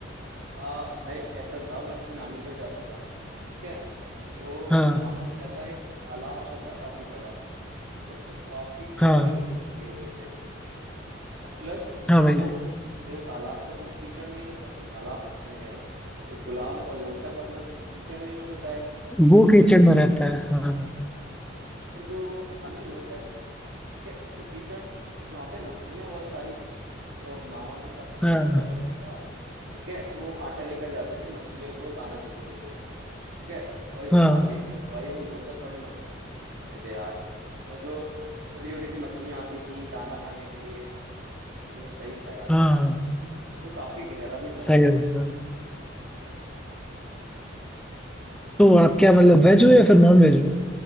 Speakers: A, on the right; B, in the centre.
A: आ, भाई ऐसा था मैं अपने नानी घर जाता था ठीक है तो
B: हाँ
A: वहां पर क्या था एक तालाब सा था काफी बड़ा ठीक है उसमें काफी सारे
B: हाँ
A: लोटस लगे हुए थे और प्लस
B: हाँ भाई
A: वो जो तालाब तो अपना कीचड़ में ही होता है तालाब कीचड़ में कह रहा हूँ फिर गुलाब और लोटस अपना कीचड़ में ही होता है ठीक
B: वो कीचड़
A: है
B: में रहता है हाँ
A: हाँ तो फिर जो था ना लोटस ठीक है एक तो कीचड़ बट वहां पे मछलियां बहुत सारी थी तो मामा के साथ में
B: हाँ
A: रोज सुबह जाता था ठीक है तो आटा लेकर जाते थे मछलियों को दाना देने के लिए ठीक है तो भाई वहां
B: हाँ
A: देखता था भाई वो लोटस बड़े मस्त मस्त दिखते थे यार प्लस वो छोटी छोटी सी मछलियां आती थी दाना खाने के लिए वो सही था यार
B: हाँ
A: बट वो काफी गहरा भी था
B: सही
A: शायद
B: रहता है तो आप क्या मतलब वेज हो या फिर नॉन वेज हो